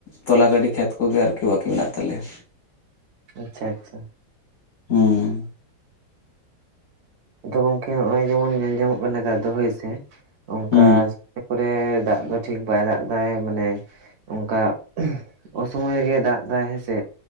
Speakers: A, on the left; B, on the right.
A: ᱛᱚᱞᱟ ᱜᱟᱹᱰᱤ ᱠᱷᱮᱛ ᱠᱚᱜᱮ ᱟᱨᱠᱤ ᱵᱟᱠᱤ ᱢᱮᱱᱟᱜ ᱛᱟᱞᱮᱭᱟ᱾
B: ᱟᱪᱪᱷᱟ ᱟᱪᱪᱷᱟ᱾
A: ᱦᱩᱸ᱾
B: ᱟᱫᱚ ᱜᱚᱝᱠᱮ ᱱᱚᱜᱚᱭ ᱡᱮᱢᱚᱱ ᱧᱮᱞ ᱧᱟᱢᱚᱜ ᱠᱟᱱᱟ ᱱᱮᱛᱟᱨ ᱫᱚ ᱦᱳᱭ ᱥᱮ, ᱚᱝᱠᱟ
A: ᱦᱩᱸ
B: ᱯᱚᱨᱮ ᱫᱟᱜ ᱫᱚ ᱴᱷᱤᱠ ᱵᱟᱭ ᱫᱟᱜ ᱮᱫᱟᱭ ᱢᱟᱱᱮ ᱚᱝᱠᱟ ᱚᱥᱚᱢᱚᱭ ᱨᱮᱜᱮ ᱫᱟᱜ ᱮᱫᱟᱭ ᱦᱮᱸᱥᱮ᱾